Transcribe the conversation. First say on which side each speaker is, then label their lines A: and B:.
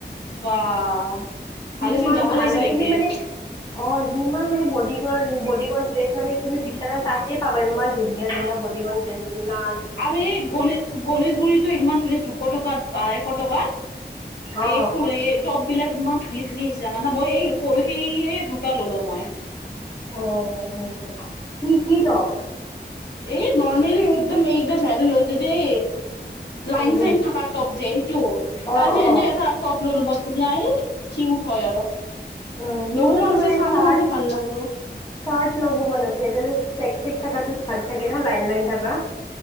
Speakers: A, on the left; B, on the left.
A: বাহঃ ভালেচোন
B: কিমান
A: যাব
B: ভাল
A: লাগিছিল
B: ভাল
A: একদিন
B: তুমি মানে অ যিমান মানে বডিকণ বডিকণ ড্ৰেছ মানে তুমি বিচাৰা তাতে পাবা ইমান ধুনীয়া-ধুনীয়া বডিকন ড্ৰেছবোৰ লাল
A: আৰু এই গনে গণেশগুৰিত টো ইমান ধুনীয়া দুশ টকাত আঢৈশ টকাত,
B: অ
A: এই কু এ টপ বিলাক ইমান ধুনীয়া ধুনীয়া আহিছে জানানা মই এই পৰহিয়ে দুটা ললো মই
B: অ, হয় নেকি? কি কি টপ?
A: এই নৰ্মেলি একদম এইকেদিনত ভাইৰেল হৈ আছে যে লাইন
B: উম
A: চাইন
B: উম
A: থকা টপ যে সেইটো
B: অ
A: তাৰ পিছত
B: অ
A: এনে এটা টপ ললো মই ধুনীয়া এই কিউত হয় অলপ
B: উম
A: লবমন
B: মোৰতো তোমাৰ
A: আছিল চালো
B: চাৰ্ট
A: মানে ভাল লাগিলও
B: চাৰ্ট ল'ব মন আছে এ চেক চেক থকাত চাৰ্ট থাকে ন লাইন লাইন থকা